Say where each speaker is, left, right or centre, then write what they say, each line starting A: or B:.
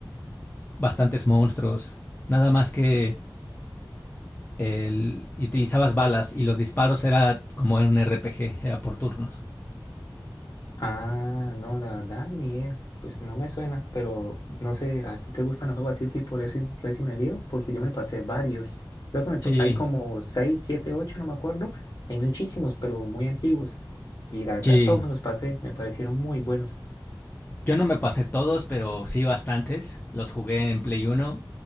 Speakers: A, on the left; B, on the left.
A: bastantes monstruos. Nada más que el, y utilizabas balas y los disparos era como en un RPG, era por turnos.
B: Ah, no, la verdad ni idea. Pues no me suena, pero no sé, ¿a ti te gustan los juegos así tipo Resi- Resident Evil? Porque yo me pasé varios. Creo que me pa-
A: Sí,
B: hay como 6, 7, 8, no me acuerdo. Hay muchísimos, pero muy antiguos. Y la verdad
A: sí.
B: todos me los pasé, me parecieron muy buenos.
A: Yo no me pasé todos, pero sí bastantes. Los jugué en Play uno